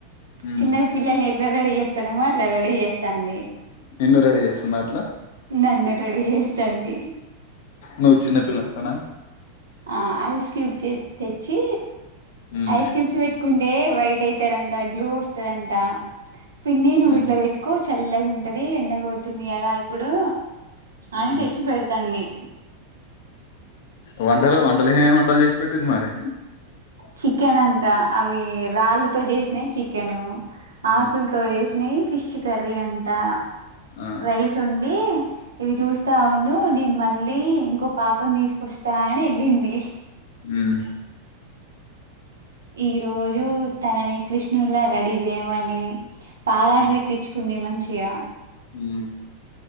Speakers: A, on the left; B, on the right.
A: ఉమ్
B: చిన్నవి పిల్లలు నే ఇట్లా రెడీ చేస్తాడేమో అట్లా రెడీ చేస్తాంది
A: నిన్ను రెడీ చేస్తుందా అట్లా
B: నన్ను రెడీ చేస్తుంది
A: నువ్వు చిన్న పిల్ల అంటనా
B: ఆ ఐస్‌క్యూబ్ చె తెచ్చి
A: ఉమ్
B: ఐస్‌క్యూబ్స్ పెట్టుకుంటే వైట్ అవుతారంట గ్లూ వస్తాదంట పిన్ని నువ్విట్ల
A: ఉమ్
B: పెట్టుకో చల్లగుంద్ టది ఎండగొడుతుంది కదా ఇప్పుడు అని
A: ఉమ్
B: తెచ్చిపెడ్తానంది.
A: వంటలు వంటలు ఏమేమి వంటలు చేసి పెట్టింది మరి
B: చికెన్ అంటా అవి రాళ్ళతో చేసినాయి చికెను
A: ఉమ్
B: ఆకుల‌్తో చేసినయి ఫిష్ కర్రీ అం ట
A: ఆ
B: రైస్ ఓండి ఇవి చూస్తా ఉండు నేను మళ్ళీ ఇంకో పాపని తీసుకొస్త తా అని వెళ్ళింది
A: ఉమ్
B: ఈరోజు తనని కృష్ణునిలా రెడీ చేయమని పారాణి
A: ఉమ్
B: పెట్టిచ్చుకుంది మంచి యా
A: ఉమ్